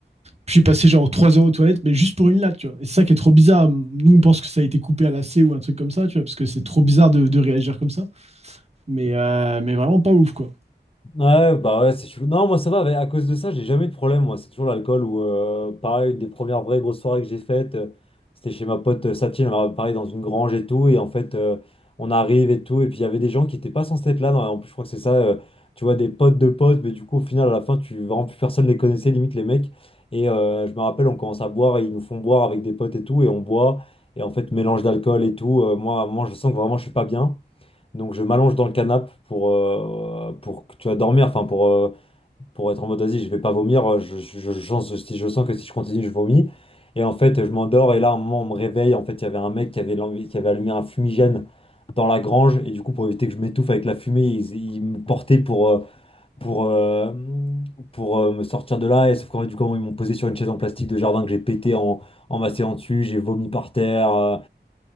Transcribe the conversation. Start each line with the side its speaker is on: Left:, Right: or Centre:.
Right: puis j'ai passé genre 3 heures aux toilettes, mais juste pour une latte, tu vois. Et c'est ça qui est trop bizarre. Nous, on pense que ça a été coupé à la C ou un truc comme ça, tu vois, parce que c'est trop bizarre de, de réagir comme ça. Mais, euh, mais vraiment pas ouf, quoi.
Left: Ouais, bah ouais, c'est chelou. Non, moi ça va, mais à cause de ça, j'ai jamais eu de problème, moi. C'est toujours l'alcool ou euh, pareil, une des premières vraies grosses soirées que j'ai faites, euh, c'était chez ma pote euh, Satine, alors, pareil, dans une grange et tout. Et en fait, euh, on arrive et tout. Et puis il y avait des gens qui étaient pas censés être là. non, en plus, je crois que c'est ça, euh, tu vois, des potes de potes, mais du coup, au final, à la fin, tu vraiment plus personne les connaissait, limite les mecs. Et euh, je me rappelle, on commence à boire et ils nous font boire avec des potes et tout. Et on boit, et en fait, mélange d'alcool et tout. euh, moi, moi, je sens que vraiment je suis pas bien. Donc je m'allonge dans le canapé pour, euh, pour que tu vas dormir, enfin pour, euh, pour être en mode vas-y, je vais pas vomir, euh, je, je, je, je- si je sens que si je continue, je vomis. Et en fait, je m'endors et là, à un moment, on me réveille. En fait, il y avait un mec qui avait, l'envie- qui avait allumé un fumigène dans la grange. Et du coup, pour éviter que je m'étouffe avec la fumée, il, il me portait pour, euh, pour, euh, pour euh, me sortir de là. Et sauf qu'en fait, du coup, ils m'ont posé sur une chaise en plastique de jardin que j'ai pété en, en m'asseyant dessus. J'ai vomi par terre. euh,